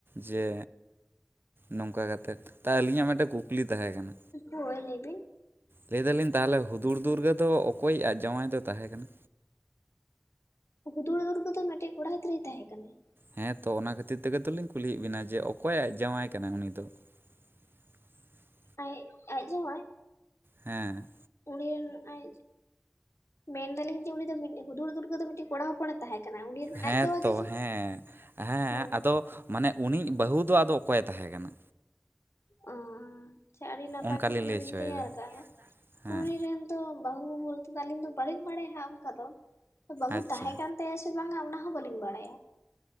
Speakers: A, on the right (about 50°); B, on the left (about 70°).
A: ᱡᱮ ᱱᱚᱝᱠᱟ ᱠᱟᱛᱮᱫ ᱛᱟ ᱟᱹᱞᱤᱧᱟᱜ ᱢᱮᱫᱴᱮᱡ ᱠᱩᱠᱞᱤ ᱛᱟᱦᱮᱸᱠᱟᱱᱟ᱾
B: ᱦᱳᱭ ᱞᱟᱹᱭ ᱵᱤᱱ
A: ᱞᱟᱹᱭ ᱫᱟᱞᱤᱧ ᱛᱟᱦᱞᱮ ᱦᱩᱫᱩᱲ ᱫᱩᱨᱜᱟᱹ ᱫᱚ ᱚᱠᱚᱭ ᱟᱡ ᱡᱟᱶᱟᱭ ᱫᱚᱭ ᱛᱟᱦᱮᱸ ᱠᱟᱱᱟ?
B: ᱦᱩᱫᱩᱲ ᱫᱩᱨᱜᱟᱹ ᱫᱚ ᱢᱮᱫᱴᱮᱡ ᱠᱚᱲᱟ ᱜᱤᱫᱽᱨᱟᱹᱭ ᱛᱟᱦᱮᱸ ᱠᱟᱱᱟᱭ
A: ᱦᱮᱸ ᱛᱳ ᱚᱱᱟ ᱠᱷᱟᱹᱛᱤᱨ ᱛᱮᱜᱮ ᱛᱚᱞᱤᱧ ᱠᱩᱞᱤᱭᱮᱫ ᱵᱤᱱᱟ ᱡᱮ ᱚᱠᱚᱭ ᱟᱡ ᱡᱟᱶᱟᱭ ᱠᱟᱱᱟᱭ ᱩᱱᱤ ᱫᱚ? <unintelligible>
B: ᱟᱭᱮᱜ ᱟᱡ ᱡᱟᱸᱣᱟᱭ
A: ᱦᱮᱸ
B: ᱩᱱᱤ ᱨᱮᱱ ᱟᱡ ᱢᱮᱱᱫᱟᱞᱤᱧ ᱡᱮ ᱩᱱᱤ ᱫᱚ ᱢᱤᱜᱴᱤᱡ ᱦᱩᱫᱩᱲ ᱫᱩᱨᱜᱟᱹᱫᱚ ᱢᱤᱴᱤᱡ ᱠᱚᱲᱟ ᱦᱚᱯᱚᱱ ᱮ ᱛᱟᱦᱮᱸ ᱠᱟᱱᱟ ᱩᱱᱤ ᱨᱮᱱ
A: ᱦᱮᱸ
B: ᱟᱡ ᱡᱟᱶᱟᱭ
A: ᱛᱳ
B: ᱫᱚ
A: ᱦᱮᱸ ᱦᱮᱸ
B: ᱦᱳᱭ
A: ᱟᱫᱚ ᱢᱟᱱᱮ ᱩᱱᱤᱭᱤᱜ ᱵᱟᱹᱦᱩ ᱫᱚ ᱟᱫᱚ ᱚᱠᱚᱭᱮ ᱛᱟᱦᱮᱸ ᱠᱟᱱᱟ?
B: ᱚᱸ ᱟᱪᱪᱷᱟ ᱟᱹᱰᱤ ᱱᱟᱯᱟᱭ
A: ᱚᱱᱠᱟᱞᱤᱧ
B: ᱠᱩᱠᱞᱤ
A: ᱞᱟᱹᱭ
B: ᱵᱤᱱ
A: ᱦᱚᱪᱚᱭᱮᱫᱟ
B: ᱛᱮᱭᱟᱨ ᱠᱟᱜᱼᱟ
A: ᱦᱮᱸ
B: ᱩᱱᱤ ᱨᱮᱱᱼᱼ ᱵᱟᱹᱦᱩ ᱵᱚᱞᱛᱮ ᱫᱚ ᱟᱹᱞᱤᱧ ᱫᱚ ᱵᱟᱹᱞᱤᱧ ᱵᱟᱲᱟᱭᱟ ᱦᱟᱸᱜ ᱚᱝᱠᱟ ᱫᱚ ᱵᱟᱹᱦᱩ
A: ᱟᱪᱪᱷᱟ
B: ᱛᱟᱦᱮᱸ ᱠᱟᱱᱼᱼ ᱛᱟᱭᱟ ᱥᱮ ᱵᱟᱝᱼᱟ ᱚᱱᱟ ᱦᱚᱸ ᱵᱟᱹᱞᱤᱧ ᱵᱟᱲᱟᱭᱟ